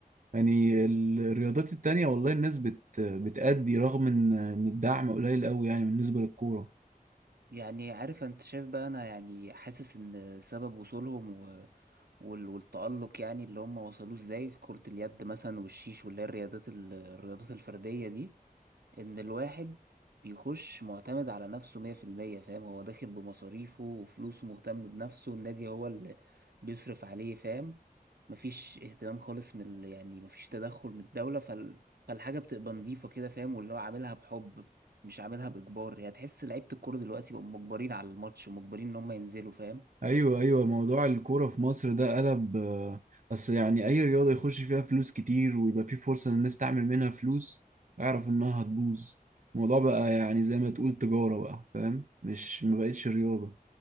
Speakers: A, on the right; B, on the right.
A: يعني الرياضات التانية والله الناس بت بتأدي رغم ان إن الدعم قليل قوي يعني بالنسبة للكورة
B: يعني عارف أنت شايف بقى أنا يعني حاسس إن سبب وصولهم و... وال... والتألق يعني اللي هم وصلوه إزاي في كرة اليد مثلا والشيش واللي هي الرياضات ال... الرياضات الفردية دي ان الواحد بيخش معتمد على نفسه 100% فاهم هو داخل بمصاريفه وفلوسه مهتم بنفسه النادي هو اللي بيصرف عليه فاهم مفيش اهتمام خالص من ال- يعني مفيش تدخل من الدولة فال... فالحاجة بتبقى نظيفة كده فاهم واللي هو عاملها بحب مش عاملها بإجبار يعني تحس لعيبة الكورة دلوقتي بقوا مجبرين على الماتش ومجبرين إن هم ينزلوا فاهم
A: ايوه ايوه موضوع الكورة في مصر ده قلب آه، بس يعني اي رياضة يخش فيها فلوس كتير ويبقى في فرصة للناس تعمل منها فلوس اعرف انها هتبوظ الموضوع بقى يعني زي ما تقول تجارة بقى فاهم مش ما بقتش رياضة